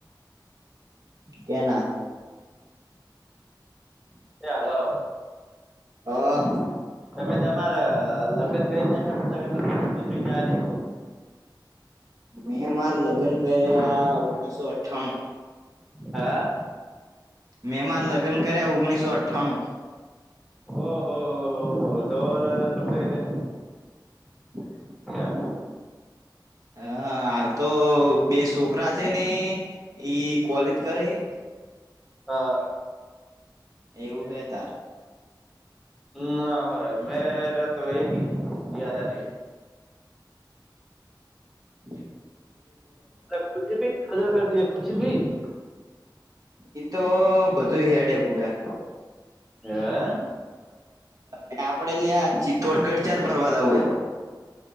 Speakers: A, on the right; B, in the centre.
A: કેના
B: છે એ હલો.
A: હ.
B: તમે તમારા લગ્ન ગઈને છે તમે ગ કૂતરી નાલી.
A: મેં મારે લગ્ન કર્યા ઓગણીસો અઠ્ઠાણું.
B: હા.
A: મેં મારા લગ્ન કર્યા ઓગણીસો અઠ્ઠાણું.
B: ઓહહ હોહ હો તો પતોઈ.
A: <inaudible>
B: એમ
A: હ હાલ તો બે છોકરા છે ને ઈ કોલેજ કરે એ?
B: હા.
A: એવું હ તાર
B: ના હોય મેરે તો એક જજા નહી.
A: હમ <inaudible>
B: ખુછી ખ દ કરી દ ખુછી <unintelligible>
A: એ તો બધું હેડે બૂડા
B: હે <inaudible>
A: અને આપડે લ્યા ચિત્તોડગઢ ચાર ફરવાદ આવું